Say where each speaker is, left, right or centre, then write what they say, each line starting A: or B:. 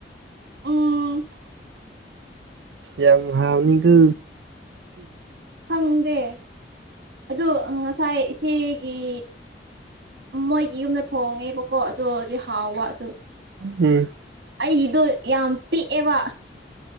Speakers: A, on the right; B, on the right.
A: ꯎꯝ
B: ꯌꯥꯝ ꯍꯥꯑꯣꯅꯤꯒꯥ
A: ꯈꯪꯗꯦ ꯑꯗꯣ ꯉꯁꯥꯏ ꯏꯆꯦꯒꯤ ꯃꯣꯏꯒꯤ ꯌꯨꯝꯗ ꯊꯣꯡꯉꯦꯕꯀꯣ ꯑꯗꯨꯗꯤ ꯍꯥꯎꯕ ꯑꯗꯣ
B: ꯎꯝ
A: ꯑꯩꯗꯣ ꯌꯥꯝ ꯄꯤꯛꯑꯦꯕ